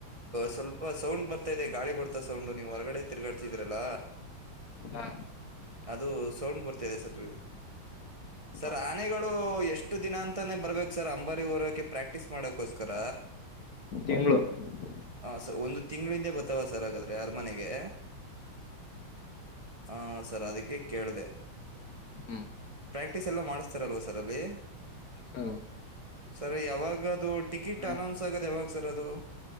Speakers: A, on the right; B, on the left.
A: ಸ್ವಲ್ಪ ಸೌಂಡ್ ಬರ್ತಾ ಇದೆ ಗಾಳಿ ಬರ್ತಾ ಸೌಂಡ್ ನೀವ್ ಹೊರಗಡೆ ತಿರ್ಗಾಡ್ತಿದ್ರಲ್ಲ
B: ಹಾ
A: ಅದು ಸೌಂಡ್ ಬರ್ತದೆ ಸರ್ ಸರ್
B: ಹಾ
A: ಆನೆಗಳು ಎಷ್ಟು ದಿನ ಅಂತಾನೇ ಬರರ್ಬೇಕು ಸರ್ ಅಂಬಾರಿ ಹೋರೋಕೆ ಪ್ರಾಕ್ಟೀಸ್ ಮಾಡಕೋಸ್ಕರ
B: ಬೆಂಗಳೂರು <unintelligible>
A: ಹ ಸರ್ ಒಂದು ತಿಂಗಳ ಹಿಂದೆ ಬರ್ತಾವ ಸರ್ ಹಾಗಾದ್ರೆ ಅರಮನೆಗೆ ಹ ಸರ್ ಅದಕ್ಕೆ ಕೇಳಿದೆ
B: ಹ್ಮ್
A: ಪ್ರ್ಯಾಕ್ಟೀಸ್ ಎಲ್ಲ ಮಾಡಿಸ್ತಾರಲ್ವಾ ಸರ್ ಅಲ್ಲಿ
B: ಹ್ಮ್
A: ಸರ್ ಯಾವಾಗದು ಟಿಕೆಟ್
B: ಹ
A: ಅನೌನ್ಸ್ ಆಗೋದು ಯಾವಾಗ ಸರ್ ಅದು